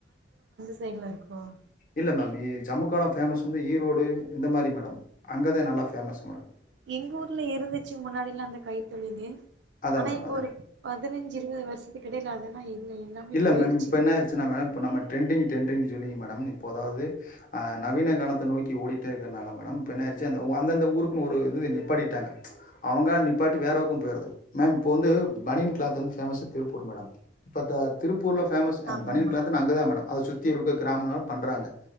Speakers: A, on the right; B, on the left.
A: சைட்லாம் இருக்கும்
B: இல்ல மேம் ஜமு காலம் பேமஸ் வந்து ஈரோடு இந்த மாதிரி மேடம் அங்கதான் நல்லா பேமஸ்
A: எங்க ஊர்ல இருந்துச்சு முன்னாடில்லா அந்த கைத்தொழிலு
B: அதா
A: ஆனா
B: மேடம்
A: இப்ப
B: அதா.
A: ஒரு பதினஞ்சு இருபது வருஷத்துக்கு இடைல அதெல்லா இல்ல எல்லாமே
B: இல்ல
A: போயிருச்சு
B: மேம் இப்ப என்ன ஆயிச்சுனா மேம் இப்ப நம்ம ட்ரெண்டிங் டரெண்ட்ரிங் சொல்லிங்க மேடம் இப்போ அதாவது அ நவீன காலத்த நோக்கி ஓடிட்டே இருக்கனால மேடம் பின்ன ஆயிச்சி அந்த அந்தந்த ஊருக்குன்னு ஒரு இது நிப்பாட்டிட்டாங்க அவங்கங்களா நிப்பாட்டி வேறாவுக்கு போயிடுது மேம் இப்போது வந்து பனின் கிளாத் வந்து ஃபேமஸ்ஸு திருப்பூர் மேடம் இப்போ த இப்ப உள்ள ஃபேமஸ்
A: ஆமா
B: பணியன்
A: ஆமா
B: க்லாத் னா அங்க தா மேடம் அத சு இருக்க கிராம பண்றாங்க